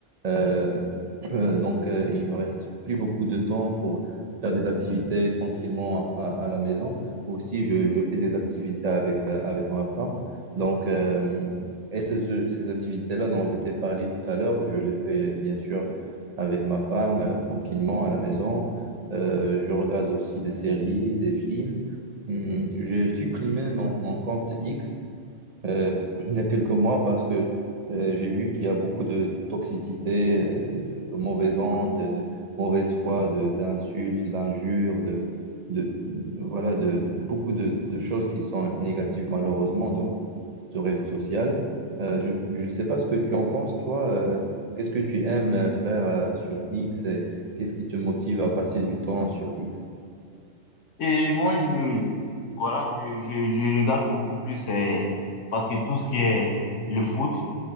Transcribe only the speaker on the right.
Euh, euh, donc, euh, il me reste plus beaucoup de temps pour faire des activités tranquillement à, à la maison. Aussi, je, je fais des activités avec, euh, avec ma femme. Donc, euh, et ce- ce- ces activités-là dont je t'ai parlé tout à l'heure, je les fais bien sûr avec ma femme, euh, tranquillement à la maison. Euh, je regarde aussi des séries, des films. Hum, j'ai supprimé mon, mon compte X euh, <clears throat> il y a quelques mois parce que euh, j'ai vu qu'il y a beaucoup de toxicité, euh, de, de mauvais ondes, de, de mauvaise foi, de- d'insultes, d'injures, de, de, voilà, de beaucoup de, de choses qui sont négatives malheureusement ce réseau social. Euh, je ne sais pas ce que tu en penses, toi. euh, qu'est-ce que tu aimes euh, faire euh, sur X et qu'est-ce qui te motive à passer du temps sur X?